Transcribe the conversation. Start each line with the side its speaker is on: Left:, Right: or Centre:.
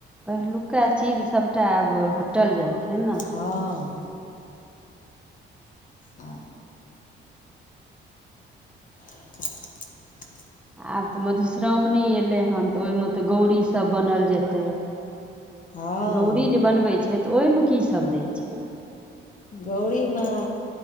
Centre: पहिलुका चीड़ सभटा आब हटल जाइ छै ने
Left: हँ अ <inaudible>
Centre: आब तऽ मधुश्रावणी एयलै हन तऽ ओहिमे तऽ गौरीसभ बनल जेतै
Left: हँ
Centre: गौरी जे बनबै छै तऽ ओहिमे की सभ दै छै
Left: गौरीमे